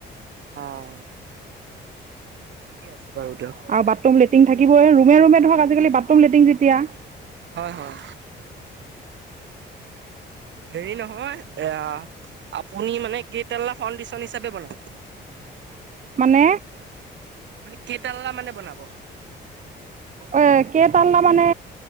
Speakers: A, on the right; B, on the right.
A: অ। ঠিকে আছে বাৰু দিয়ক।
B: আৰু বাথৰুম লেত্ৰিং থাকিবই। ৰুমে ৰুমে ধৰক আজি-কালি বাথৰুম, লেট্ৰিন যেতিয়া।
A: হয়, হয়। হেৰি নহয় এয়া আপুনি মানে কেইটাল্লা ফাউনডেচন হিচাপে বনাব?
B: মানে?
A: আপুনি কেইতাল্লা মানে বনাব?
B: এ কেইতাল্লা মানে